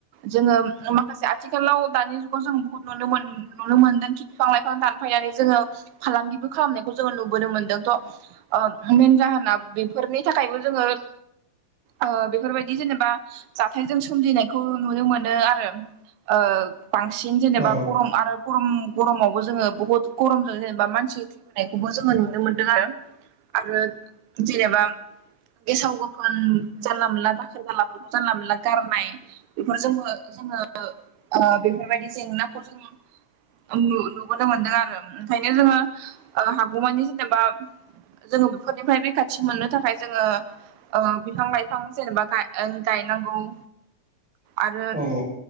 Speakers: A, on the right; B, in the centre.
A: जोङो माखासे आथिखालाव दानि जुगाव जों बुहुत नुनो मोन नुनो मोन्दों खि बिफां लाइफां दानफायनानै जोङो फालांगिबो खालामनायखौ जोङो नुबोनो मोनदों थ मेन जाहोना बेफोरनि थाखायबो जोङो
B: <inaudible>
A: ओ बेफोरबायदि जेनेबा जाथायजों सोमजिनायखौ नुनो मोनो आरो ओ बांसिन जेनेबा
B: औ
A: गरम आरो गरम गरमावबो जोङो बुहुत गरमजों जेनेबा बा मानसि थैबोनायखौबो जोङो नुनो मोनदों आरो आरो जेनेबा गेसाव गोफोन जानला मोनला दाखोर दालाफोरखौ जानला मोनला गारनाय बेफोर जोंबो जोङो ओ बेफोरबायदि जेंनाखौ जोंङो नु नुबोनो मोनदों आरो ओंखायनो जोङो ओ हागौमानि जेनेबा जोङो बेफोरनिफ्राय रैखाथि मोननो थाखाय जोङोओ बिफां लाइफां जेनेबा गाय ओ गाय नांगौ
B: <inaudible>
A: आरो
B: औ